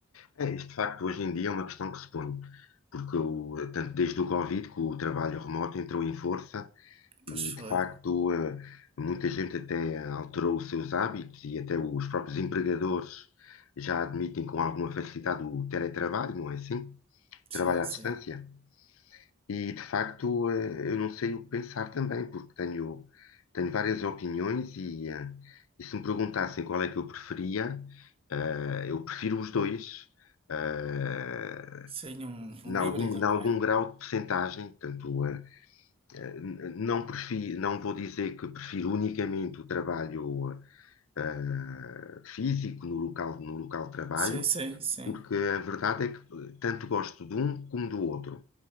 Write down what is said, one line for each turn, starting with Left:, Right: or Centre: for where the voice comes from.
Left: É, isto de facto hoje em dia é uma questão que se põe, porque o- tanto desde o Covid que o trabalho remoto entrou em força
Right: Pois
Left: e de
Right: foi.
Left: facto eh, muita gente até alterou os seus hábitos e até os próprios empregadores já admitem com alguma facilidade o teletrabalho, não é assim?
Right: Sim,
Left: Trabalho à
Right: sim.
Left: distância. E de facto, eh, eu não sei o que pensar também, porque tenho, tenho várias opiniões e, eh, e se me perguntassem qual é que eu preferia, eh, eu prefiro os dois, eh,
Right: Sim, um,
Left: em
Right: um
Left: algum,
Right: híbrido,
Left: em
Right: não
Left: algum
Right: é?
Left: grau de percentagem, tanto, eh, eh, n- não prefiro, não vou dizer que prefiro unicamente o trabalho eh, físico no local, no local de trabalho,
Right: Sim, sim, sim.
Left: porque a verdade é que eh, tanto gosto de um como do outro.